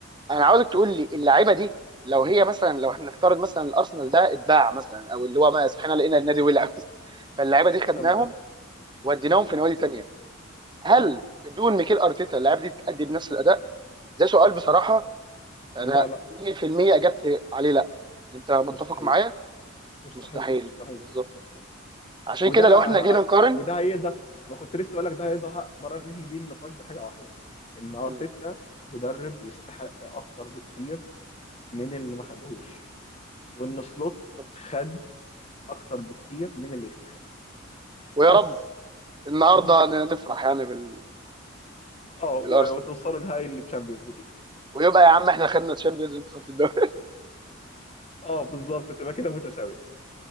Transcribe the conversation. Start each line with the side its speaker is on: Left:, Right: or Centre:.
Right: انا عاوزك تقول لي اللعيبه دي لو هي مثلا لو احنا نفترض مثلا الارسنال ده اتباع مثلا او اللي هو ما صحينا لقينا النادي ولع <laughs> فاللعيبه دي خدناهم
Left: تمام
Right: وديناهم
Left: م-
Right: في نوادي تانيه هل
Left: تمام
Right: بدون ميكيل ارتيتا اللعيبه دي تأدي بنفس الاداء ده سؤال بصراحه انا
Left: لا لا
Right: 100% اجبت عليه لا انت متفق
Left: مستحيل
Right: معايا
Left: مستحيل
Right: مستحيل
Left: مستحيل
Right: بالظبط
Left: مستحيل
Right: عشان
Left: وده
Right: كده لو احنا جينا
Left: هي...
Right: نقارن
Left: وده هيقدر انا كنت لسه اقول لك ده هيقدر انهي بيه النقاش بحاجه واحده ان ارتيتا
Right: مم.
Left: مدرب يستحق اكتر بكتير من اللي ما خدهوش وان سلوت
Right: بالظبط
Left: خد اكتر بكتير من اللي يستحق
Right: ويا
Left: بس
Right: رب النهارده
Left: م?
Right: ن- نفرح يعني بال...
Left: اه و-
Right: بالارسنال
Left: وتوصلوا نهائي التشامبيونز ليج
Right: ويبقى يا عم احنا خدنا تشامبيونز انت خدت الدوري
Left: اه بالظبط تبقى كده متساوي